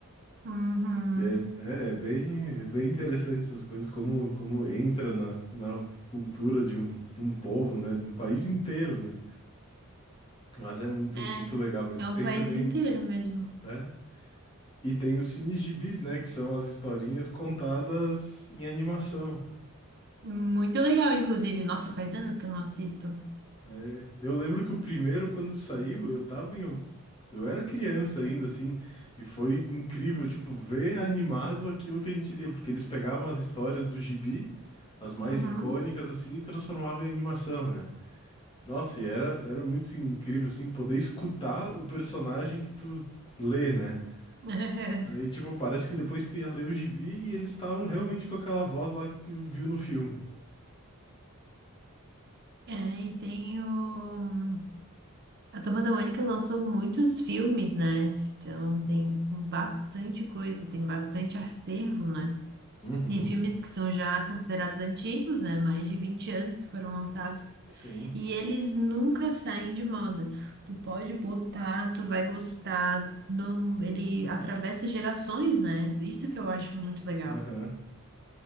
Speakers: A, on the right; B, on the left.
A: Uhum.
B: É, é, é bem é bem interessante essas coisas como como entra na, na cultura de um de um povo, né? De um país inteiro, né? Mas é muito
A: É,
B: muito legal, mas
A: é o
B: tem
A: país
B: também,
A: inteiro mesmo.
B: né? E tem os cinegibis, né? Que são as historinhas contadas em animação.
A: Muito legal, inclusive. Nossa, faz anos que eu não assisto.
B: É, eu lembro que o primeiro, quando saiu, eu tava em. al- Eu era criança ainda, assim, e foi incrível, tipo, ver animado aquilo que a gente lia, porque eles pegavam as histórias do gibi, as mais
A: Uhum.
B: icônicas, assim, e transformavam em animação, né? Nossa, e era, era muito incrível, assim, poder escutar o personagem que tu lê, né?
A: <laughs>
B: Aí, tipo, parece que depois tu ia ler o gibi e eles estavam realmente com aquela voz lá que tu viu no filme.
A: É, e tem o... A Turma da Mônica lançou muitos filmes, né? Então tem bastante coisa, tem bastante acervo, né?
B: Uhum.
A: E filmes que são já considerados antigos, né? Mais de 20 anos que foram lançados.
B: Sim.
A: E eles nunca saem de moda. Tu pode botar, tu vai gostar. Não... Ele atravessa gerações, né? Isso que eu acho muito legal.
B: Aham.